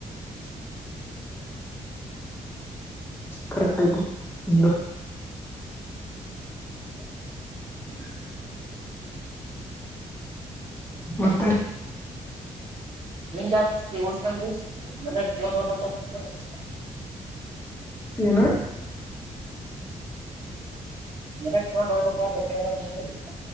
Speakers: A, on the left; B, on the right.
A: ಕರೆಕ್ಟ್ ಆಯ್ಪೋ ನಿಮ್ದಾ
B: <unintelligible>
A: ಮತ್ತೆ
B: <unintelligible>
A: ಏನ
B: ಮನೆಗ್ ತೊಗೊಂಡ್ ಹೋಗಪ್ಪ <unintelligible>